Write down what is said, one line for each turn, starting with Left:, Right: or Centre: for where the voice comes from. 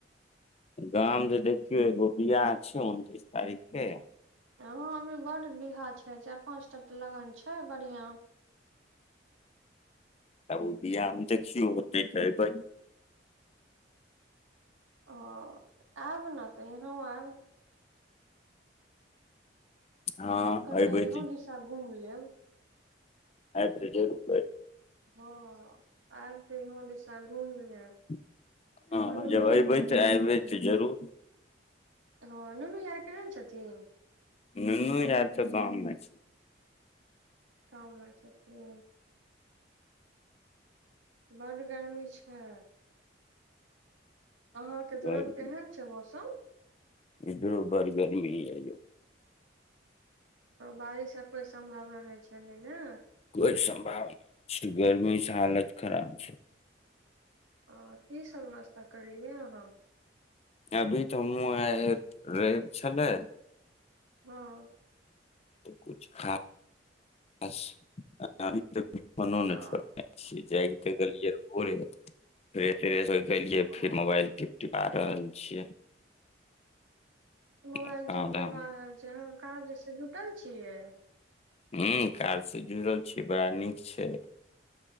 Left: गाम जे देखियौ एगो बिआह छै, उनतीस तारीख के।
Right: हाँ अभी बड्ड बिआह छै, चारि-पाँच टा तऽ लगन छै बढ़िआँ।
Left: तब ओ बिआह में देखियौ हौते तऽ ऐबै।
Right: ओ आयब ने तऽ यहाँ आयब।
Left: हँ
Right: कनिटा
Left: एबै
Right: इहो दिशा घुम लेब।
Left: अयब तऽ जरू।
Right: हँ, आयब तऽ ईहो दिशा घुम लेब।
Left: हँ,
Right: और नुनू
Left: जब
Right: यार
Left: अयबै
Right: केहन
Left: तऽ अऐबै
Right: छथिन
Left: तऽ जरूर।
Right: हँ, नुनू या केहन छथिन।
Left: नुनू आब तऽ गाँवमे छै।
Right: काम में छथि। बड गर्मी छै। अहाँके तरफ
Left: घरमे
Right: केहन छै मौसम।
Left: इधरो बड़ गर्मी हे यौ।
Right: बारिश के कोई सम्भावना नहि छैले ने।
Left: कोई संभावना छै, गरमीसँ हालत खराब छै।
Right: ह की सब नाश्ता करलियै अहाँ।
Left: अभी तऽ हमूँ आ रईब छलै।
Right: हँ।
Left: कुछ खास अभी त। नो ने
Right: ओ
Left: छोड़ने छीयै जा। गेलियै भोरे से फ्रे फ्रेस हो। गेलिय
Right: ओ
Left: फिर मोबाइल टिप-टिपा। रहल छियै।
Right: मोबइल
Left: काम
Right: ज। <unintelligible>
Left: धाम
Right: कह जेस जुटल छियै। <unintelligible>
Left: ह कारसँ जुड़ल छीिय बड़ा नीक छै।